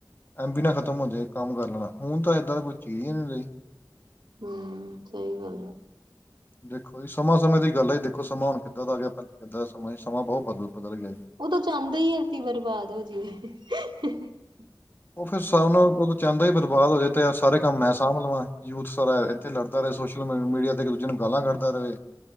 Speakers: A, on the left; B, on the right.
A: ਐਮ ਬੀ ਨਾ ਖਤਮ ਹੁੰਦੇ ਕੰਮ ਕਰ ਲੈਣਾ ਹੁਣ, ਤਾਂ ਏਦਾਂ ਤਾਂ ਕੋਈ ਚੀਜ਼ ਹੀ ਨੀਂ ਰਯੀ।
B: ਹੁੰ, ਸਹੀ ਗੱਲ ਆ।
A: ਦੇਖੋ ਜੀ ਸਮਾਂ ਸਮੇ ਦੀ ਗੱਲਏ ਦੇਖੋ ਸਮਾਂ ਹੁਣ ਕਿੱਦਾਂ ਦਾ ਆ ਗਿਆ, ਪਹਿਲਾਂ ਕਿੱਦਾਂ ਦਾ ਸਮਾਂ ਸੀ ਸਮਾਂ ਬੋਤ ਬਦਲ ਬਦਲ ਗੇਆ ਜੀ।
B: ਓ ਤਾਂ ਚਾਂਦਾ ਈ ਅੱਸੀ ਬਰਬਾਦ ਹੋ ਜਾਈਏ। <unintelligible>
A: ਓ ਫਿਰ <unintelligible> ਚਾਂਦਾ ਈ ਬਰਬਾਦ ਹੋਜੇ ਤੇ ਏ ਸਾਰੇ ਕੰਮ ਮੈਂ ਸਾਂਬ ਲਵਾਂ। ਯੂਥ ਸਾਰਾ ਇੱਥੇ ਲੜਦਾ ਰੇ ਸੋਸ਼ਲ ਮੀਡੀਆ ਤੇ ਦੂਜੇ ਨੂੰ ਗਾਲਾਂ ਕਢਦਾ ਰਵੇ।